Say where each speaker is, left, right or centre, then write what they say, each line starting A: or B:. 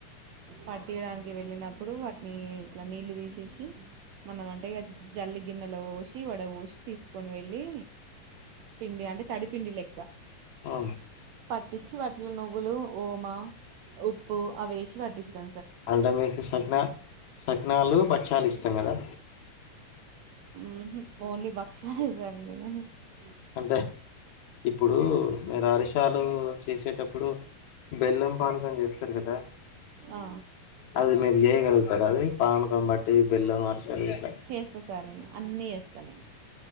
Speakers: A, on the right; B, on the left.
A: పట్టియడానికి వెళ్ళినప్పుడు వాటిని ఇట్ల నీళ్లు తీసేసి మనం అంటే ఇగ జల్లి గిన్నెలో పోసి వడ పోసి తీసుకొని వెళ్ళి పిండి అంటే తడిపిండి లెక్క
B: అ
A: పట్టిచ్చి వాటిలో నువ్వులు ఓమా ఉప్పు అవేసి పట్టిస్తా
B: అంట మీకు సకినా సకినాలు బచ్చాలు ఇష్టం కదా
A: ఊహు ఓన్లీ బక్షాలు <unintelligible>
B: అంటే ఇప్పుడు మీరు అరిషాలు చేసేటప్పుడు బెల్లం పానకం చేస్తరు కదా
A: ఆ
B: అది మీరు చేయగలుగుత తరది పానకం బట్టి బెల్లం అరిసెలు గిట్ల
A: చేస్తా సార్ నేను అన్నీ చేస్తా నేను